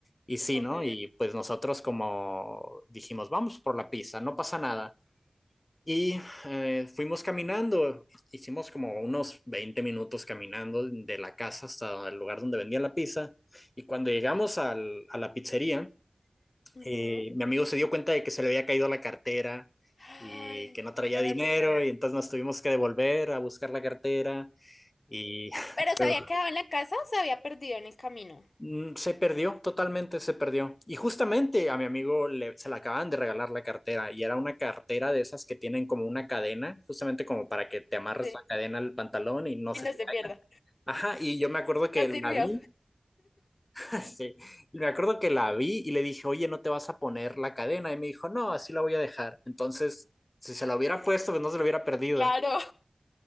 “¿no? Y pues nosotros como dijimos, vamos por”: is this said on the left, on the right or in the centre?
Left